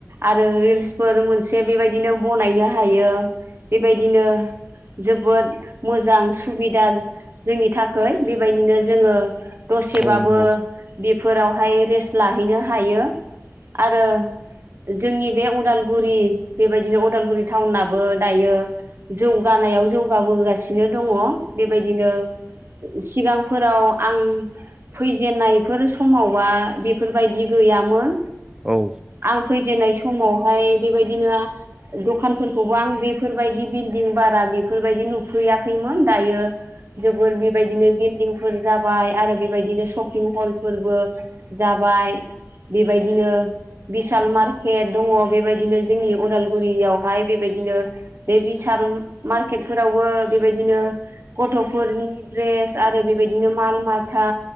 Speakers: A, on the right; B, on the right.
A: आरो रिलसफोर मोनसे बेबादिनो बनायनो हायो बेबायदिनो जोबोद मोजां सुबिदा जोंनि थाखाय बेबायदिनो जोङो दसेबाबो
B: औ नंगौ
A: बेफोरावहाय रेस्ट लाहैनो हायो आरो जोंनि बे अदालगुरि बेबायदिनो अदालगुरि टाउनाबो दायो जौगानायाव जौगाबोगासिनो दङ बेबायदिनो सिगांफोराव आं फैजेनन्नायफोर समावबा बेफोरबायदि गैयामोन
B: औ
A: आं फैजेननाय समावहाय बेबायदिनो दखानफोरखौबो आं बेफोरबायदि बिल्डिं बारा बेफोरबायदि नुफैयाखैमोन दायो जोबोर बेबायदिनो बिल्डिंफोर जाबाय आरो बेबायदिनो सपिं हलफोरबो जाबाय बाय बेबायदिनो बिसाल मार्केट दङ बेबायदिनो जोंनि उदालगुरियावहाय बेबायदिनो बे बिसाल मार्केट फोरावबो बेबायदिनो गथ'फोरनि द्रेस आरो बेबायदि बिदिनो माल माथा